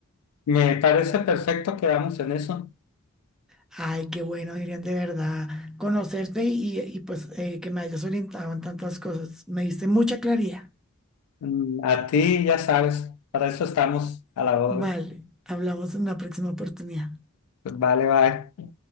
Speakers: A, on the left; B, in the centre.
A: Me parece perfecto, quedamos en eso.
B: Ay, qué bueno, Irian, de verdad, conocerte y, y, pues eh, que me hayas orientado en tantas cosas. Me diste mucha claridad.
A: Mm, A ti ya sabes, para eso estamos a la orden.
B: Vale, hablamos en la próxima oportunidad.
A: Pues Vale, bye.